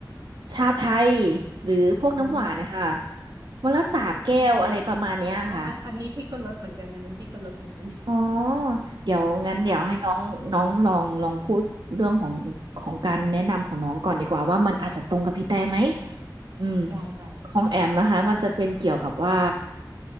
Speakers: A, on the right (about 80°); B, on the right (about 60°).
A: ชาไทยหรือพวกน้ำหวานนะคะ
B: อ๋อ
A: วันละสามแก้วอะไรประมาณเนี้ยค่ะ
B: อืมอืมอ๋ออันอันนี้พี่ก็ลดเหมือนกันอันนี้พี่ก็ลดเหมือนกัน
A: อ๋อเดี๋ยวงั้นเดี๋ยวให้น้องน้องลองลองพูดเรื่องของของการแนะนำของน้องก่อนดีกว่าว่ามันอาจจะตรงกับพี่แต่ไหม
B: ได้ได้ได้ได้
A: อืม
B: ได้ได้ได้
A: ของแอมนะคะมันจะเป็นเกี่ยวกับว่า